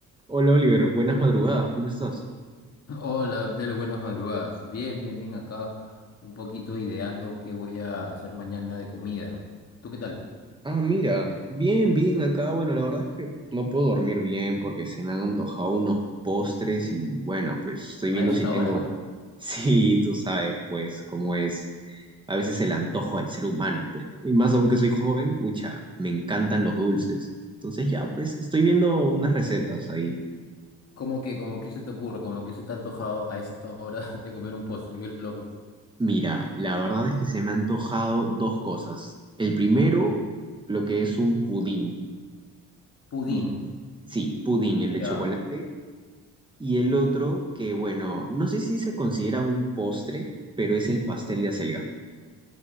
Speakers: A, on the right; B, on the left.
A: Hola Oliver, buenas madrugadas, ¿cómo estás?
B: Hola, Abdel, buenas madrugadas. Bien, bien, bien acá, un poquito ideando qué voy a hacer mañana de comida. ¿Tú qué tal?
A: Ah, mira, bien, bien acá. Bueno, la verdad es que no puedo dormir bien porque se me han antojado unos postres y bueno, pues estoy
B: A
A: viendo
B: esta
A: si tengo...
B: hora.
A: <laughs> Sí, tú sabes, pues cómo es a veces el antojo del ser humano, pues, ¿no? Y más aún que soy joven, pucha, me encantan los dulces. Entonces ya, pues estoy viendo unas recetas ahí.
B: ¿Cómo que, cómo que se te ocurre? ¿Cómo que se te ha antojado a esta hora <laughs> de comer un postre? Qué loco.
A: Mira, la verdad es que se me han antojado dos cosas. El primero, lo que es un pudín.
B: Pudín.
A: Y sí, pudín, el
B: ¿Ya?
A: de chocolate. Y el otro que, bueno, no sé si se considera un postre, pero es el pastel de acelga.